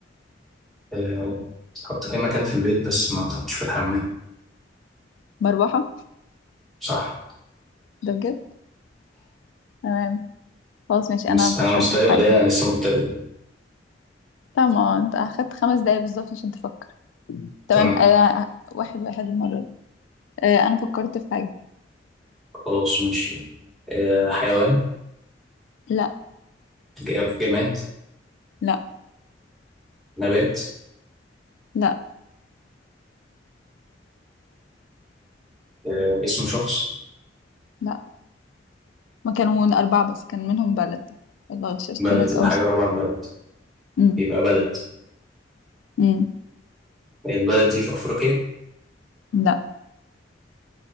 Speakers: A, in the centre; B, on the left (about 80°).
A: إيه، تحط في اي مكان في البيت بس ما تحطش في الحمام
B: مروحة
A: صح
B: ده بجد تمام خلاص ماشي
A: مست...
B: انا فكرت
A: أنا مستواي
B: في حاجة
A: قليل أنا لسه مبتدئ
B: تمام انت اخدت خمس دقايق بالظبط عشان تفكر تمام
A: تمام
B: آه واحد واحد المرة دي آه أنا فكرت في حاجة
A: خلاص ماشي آه حيوان
B: لا
A: ج- جماد
B: لا
A: نبات
B: لا
A: آه اسم شخص
B: لا ما كانوا أربعة بس كان منهم بلد الله غششت
A: بلد
B: لك
A: يبقى
B: أول
A: حاجة
B: سؤال
A: رابعة البلد
B: أمم،
A: يبقى بلد
B: أمم،
A: البلد دي في أفريقيا
B: لا